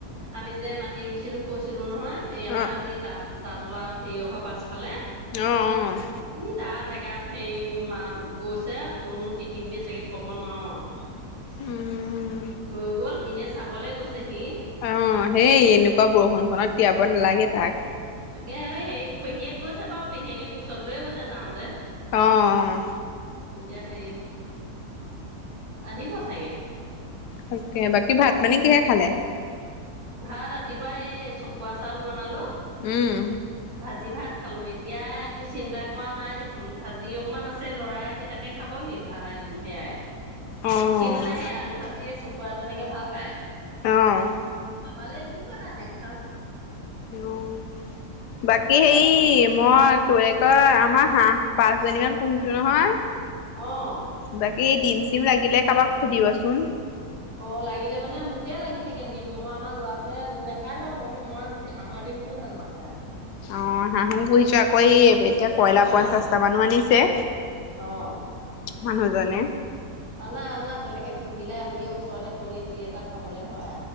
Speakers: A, on the right; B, on the left.
A: আমি যে মাটি ৰুইছিলো কৈছিলো নহয় সেই আমাৰ
B: অ
A: এই তাত তাত লোৱা সেইঘৰ পাছফালে।
B: অ', অ'।
A: ওই তাৰ জেগাত হেৰি মা গৈছে ক'তনো তিতিবুৰি আছেগে ক'ব নোৱাৰো আৰু।
B: উম
A: লৈ গ'ল, এনেই চাবলৈ গৈছে সি।
B: অ সেই এনেকুৱা বৰষুণ খনত তিয়াব নালাগে তাক।
A: তাকে হেৰি পেহীয়েক গৈছে বাৰু পেহীয়েকে কোচত লয়ে গৈছে যাওঁতে। এতিয়া
B: অ অ।
A: হেৰি আহিব চাগে।
B: তাকে, বাকী ভাত পানী কিহেৰে খালে?
A: ভাত ৰাতিপুৱা সেই চকুৱা চাউল বনালো।
B: উম।
A: ভাজি ভাত খালো। এতিয়া একো চিন্তা কৰা নাই দেখোন ভাজি অকমান আছে ল'ৰাই আহি তাকে খাব হি ভাই সেয়াই,
B: অ',
A: সি মানে সেই আলু ভাজিয়ে চ খোৱা তেনেকে ভাল পায়।
B: অঁ।
A: আমালে একো কৰা নাই, নেখাওঁ।
B: অ' বাকী সেই
A: পাছবেলা
B: মই কি বুলি কয়, আমাৰ হাঁহ পাঁচজনী মান পুহিছো নহয়।
A: অ'।
B: বাকী ডিম চিম লাগিলে কাৰোবাক সুধিবচোন?
A: অঁ লাগিলে মানে মোকে লাগি থাকে। দিম মই আমাৰ ল'ৰাটোৱে নাখায় বাৰু বৰকে, মই হাঁহ দিম বো বহুত ভাল পাওঁ খায়।
B: অ' হাঁহো পুহিছো আকৌ এই এতিয়া কইলাৰ পঞ্চাশটা মানো আনিছে
A: অঁ।
B: মানুহজনে।
A: অনা, অনা তেনেকে পুহিলে আমিয়ে ওচৰতে কণী দুই এটা খাবলৈ হয়।